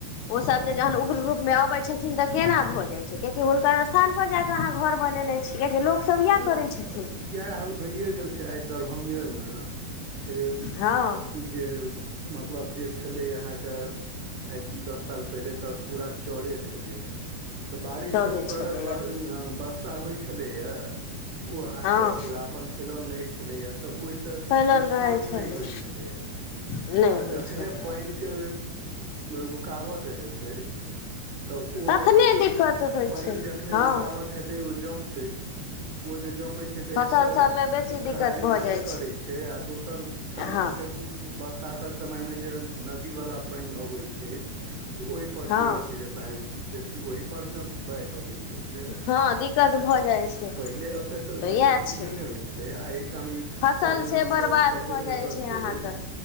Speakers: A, on the left; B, on the right.
A: ओ
B: हँ
A: सब जे जहन उग्र रुप जे अबे छथिन तऽ केना भ जाय छथिन कियाक हुनकर स्थान पर जाक अहाँ घर बनेने छी कियकि लोकसभ
B: आरे
A: इएह करै छथिन
B: इएह हाल भइए गेल छै आइ दरभंगेमे छै
A: हँ
B: जे मतलब जे छलय अहाँके आइ दस साल पहिले तऽ पूरा चड़े छलेया तऽ बारिश
A: चले छलैए
B: ज्यादा होइ छलैया ओ अहाँके
A: हँ
B: पूरा अपन फैलल रहै छलैया तऽ ओहिसँ
A: फैलल
B: नुकसान
A: रहै छलै
B: नहि होइ छलैएा
A: नहि
B: आ
A: होइ
B: जखनेहि
A: छलैए
B: पानिके रुकावट हेतै तऽ ओ
A: तखने दिक्कत होइ
B: पानि
A: छै
B: जखने
A: हँ
B: रुकावट हेतै ओ जमतै ओ जे छै त
A: फसल
B: एक त
A: सभमे बेसी
B: खराबी
A: दिक्कत भऽ
B: से
A: जाइ
B: करै छै आ दोसर पैन
A: हँ
B: सातक समयमे जे नदी वला पानि अबै छै त ओहि पर
A: हँ
B: की होइ छै जे तहन बेसी ओहि पर ने बाढ़ि अबै छै ओते
A: हँ दिक्कत भऽ जाइ छै
B: पहिले एतेक अथी
A: तऽ इएह छै
B: नहि ने होइत छलै आ एहिठाम ईर
A: फसल से बर्बाद
B: सभके
A: भऽ
B: जतऽ
A: जाइ
B: छै
A: अहाँके